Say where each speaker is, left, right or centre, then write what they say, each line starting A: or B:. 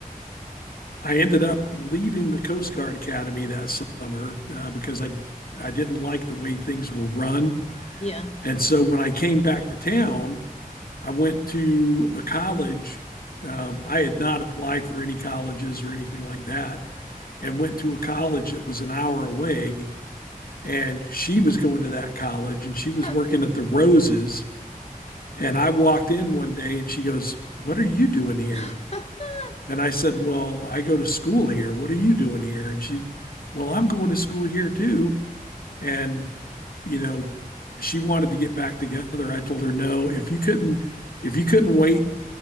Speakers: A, on the left (about 75°); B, on the left (about 45°).
A: I ended up leaving the Coast Guard Academy that summer uh, because I, I didn't like the way things were run.
B: yeah.
A: And so when I came back to town, I went to a college. Um, I had not applied for any colleges or anything like that, and went to a college that was an hour away. And she was going to that college and she was
B: Huh.
A: working at the Roses And I walked in one day and she goes, What are you doing here?
B: <laughs>
A: And I said, Well, I go to school here. What are you doing here? And she, Well, I'm going to school here too. And, you know, she wanted to get back together. I told her, No, if you couldn't, if you couldn't wait